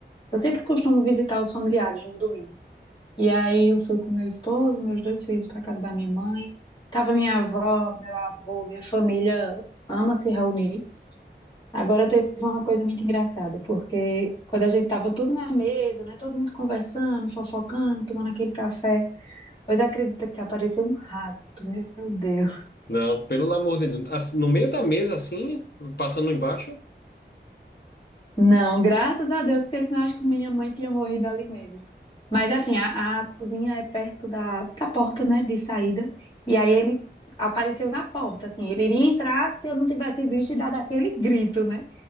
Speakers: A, on the left; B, on the left.
A: Eu sempre costumo visitar os familiares no domingo. E aí, eu fui com meu esposo, meus dois filhos para casa da minha mãe. Tava minha avó, meu avô, minha família ama se reunir. Agora teve uma coisa muito engraçada, porque quando a gente tava tudo na mesa, né, todo mundo conversando, fofocando, tomando aquele café, pois acredita que apareceu um rato, meu Deus.
B: Não, pelo amor de Deus. Assim, No meio da mesa, assim, passando embaixo.
A: Não, graças a Deus, porque senão eu acho que minha mãe tinha morrido ali mesmo. Mas assim, a, a cozinha é perto da, da porta, né, de saída. E aí ele apareceu na porta, assim, ele iria entrar se eu não tivesse visto e dado aquele grito, né?